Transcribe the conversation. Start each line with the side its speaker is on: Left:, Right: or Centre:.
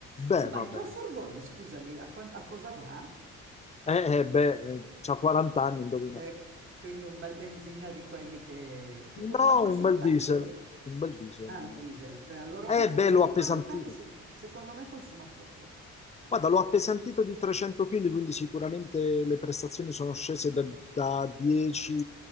Left: Beh,
Right: Eh, ma
Left: va
Right: il
Left: bene.
Right: tuo furgone, scusami, a, quan- a cosa va?
Left: Eh, eh, beh, eh, c'ha 40 anni, indovina.
Right: Ecco, quindi un bel benzina di quelli che... che co-
Left: No,
Right: ma consuma
Left: un bel
Right: tanto?
Left: diesel, un bel diesel.
Right: Ah,
Left: un
Right: un diesel.
Left: bel
Right: Beh, allora
Left: diesel.
Right: un naftone
Left: Eh, beh, l'ho
Right: di
Left: appesantito.
Right: 40 anni se- secondo me consuma poco.
Left: Guarda, l'ho appesantito di 300 kg, quindi sicuramente le prestazioni sono scese da, da 10